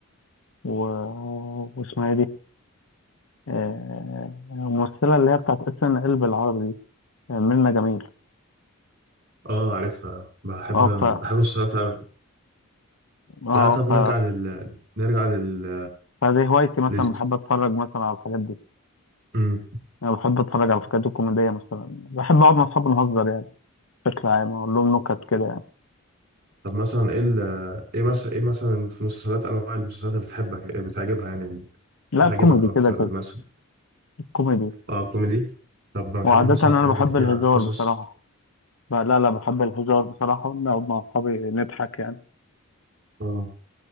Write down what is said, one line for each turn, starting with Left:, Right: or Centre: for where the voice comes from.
Left: و... واسمها إيه دي آه، الممثلة اللي هي بتاعت اس ان ال بالعربي دي آه، منة جميل
Right: اه عارفها بحب
Left: اه ف
Right: بحب المسلسلات قوي
Left: اه
Right: تعالى طب
Left: ف
Right: نرجع لل نرجع لل
Left: فدي هوايتي مثلا
Right: لل
Left: بحب اتفرج مثلا على الحاجات دي
Right: مم.
Left: انا بحب اتفرج على الحاجات الكوميديه مثلا بحب اقعد مع اصحابي نهزر يعني بشكل عام اقول لهم نكت كده يعني
Right: طب مثلا ايه ال... ايه مثلا ايه مثلا في مسلسلات انواع المسلسلات اللي بتحبك إيه بتعجبها يعني
Left: لا
Right: بتعجبك
Left: كوميدي
Right: اكتر
Left: كده كده
Right: مثلا
Left: كوميدي
Right: اه كوميدي طب ما بتحبش
Left: وعاده
Right: مثلا
Left: انا
Right: الحاجات
Left: بحب
Right: اللي فيها
Left: الهزار
Right: قصص
Left: بصراحه لا لا لا، بحب الهزار بصراحه نقعد مع اصحابي نضحك يعني
Right: اه